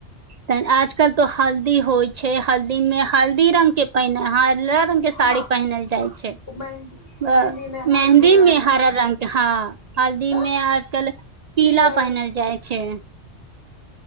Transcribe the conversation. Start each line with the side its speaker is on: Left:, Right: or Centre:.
Right: त' आजकल तो हल्दी होइ छै हल्दीमे हल्दी रंगकें पहिनल रंग के
Left: हँ
Right: साड़ी पहिनल जाइ छैइ
Left: मेहदी
Right: छै
Left: मेहन्दी मे हरियर
Right: मेहन्दीमे हरा रंगके हां हल्दीमे
Left: तऽ
Right: आजकल पीला
Left: पियर
Right: पहिनल जाइ छै